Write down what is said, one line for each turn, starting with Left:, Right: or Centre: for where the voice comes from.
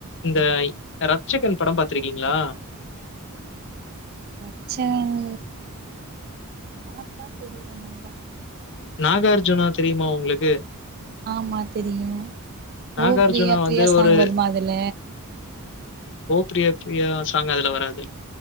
Left: இந்த ரட்சகன் படம் பாத்திருக்கீங்களா?
Right: ரட்சகன் பாத்தா தெரியு. <inaudible>
Left: நாகார்ஜுனா தெரியுமா உங்களுக்கு
Right: ஆமா தெரியு
Left: நாகார்ஜுனா
Right: ஓ ப்ரியா ப்ரியா
Left: வந்து
Right: சாங்
Left: ஒரு
Right: வருமா அதுல
Left: ப்ரியா ப்ரியா சாங் அதுல வராது